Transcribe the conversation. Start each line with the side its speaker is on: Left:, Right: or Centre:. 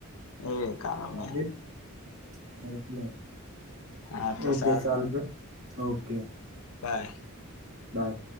Left: એ કારણને
Right: હા હા એટલે
Left: હા તો
Right: ઓકે
Left: સારું
Right: ચાલ ઓકે
Left: બાય
Right: બાય.